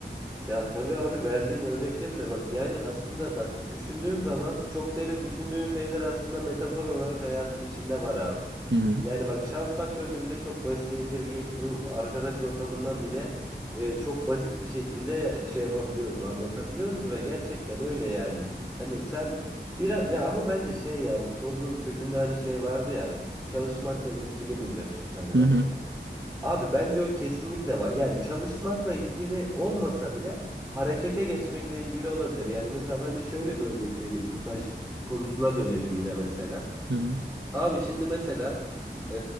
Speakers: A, in the centre; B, on the right.
A: Ya tabii abi verdiğin örnekte bile bak yani aslında bak düşündüğün zaman çok derin düşündüğün şeyler aslında metafor olarak hayatın içinde var abi.
B: Hı
A: Yani bak şans faktörünü bile çok basite indirgeyip bu arkadaş ortamından bile e, çok basit bir şekilde şey yapabiliyoruz, anlatabiliyoruz ve gerçekten öyle yani. Hani sen biraz ya ama bence şey ya bu sorunun kökünde hani şey vardı ya çalışmakla ilgili midir hani
B: hı
A: bence.
B: hı
A: Abi bence o kesinlikle var. Yani çalışmakla ilgili olmasa bile harekete geçmekle ilgili olabilir. Yani mesela ben de şöyle bir örnek vereyim. Staj konusuna dönelim yine mesela.
B: hı hı
A: Abi şimdi mesela e,